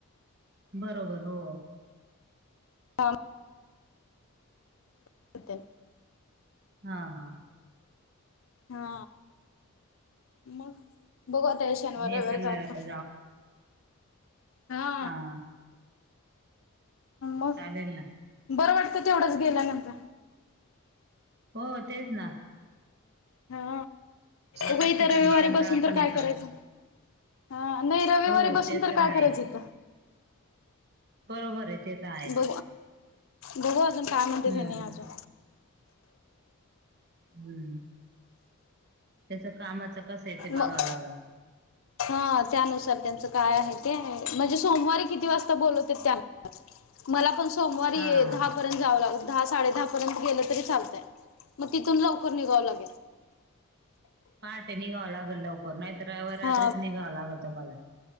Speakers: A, on the right; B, on the left.
A: बरोबर हो.
B: काम <unintelligible> तेन
A: हा हा,
B: हा, मग बघु आता ह्या शनिवार
A: हे
B: रविवारी
A: शनिवार
B: जातो. हा
A: हां,
B: मग
A: चालेल ना
B: बरं वाटतं तेवढंच गेल्यानंतर.
A: हो तेच ना,
B: हा
A: एकाच
B: उग इथं
A: ठिकाणी
B: रविवारी
A: कंटाळा
B: बसून तर
A: पण येतो
B: काय करायचं.
A: ना.
B: ह नाही रविवारी
A: हो
B: बसून
A: ते
B: तर काय
A: आहे
B: करायचं इथ.
A: बरोबर आहे, ते तर आहेच
B: ब बघू आजून काय म्हणत्यात
A: हम्म
B: ह्यानी आजून
A: हुं तेच कामाच कस आहे ते बघावं
B: मग
A: लागल.
B: हा त्यानुसार त्यांचं काय आहे ते म्हणजे सोमवारी किती वाजता बोलवत्यात त्या <unintelligible> मला पण सोमवारी
A: हा
B: दहा
A: हा
B: प पर्यंत जावं लागलं दहा साडे दहापर्यंत गेलं तरी चालतंय, म तिथून लवकर निघावं लागेल.
A: पहाटे निघावं लागल लवकर नाही तर रविवार रात्रीच
B: हा
A: निघावं लागल तुम्हाला.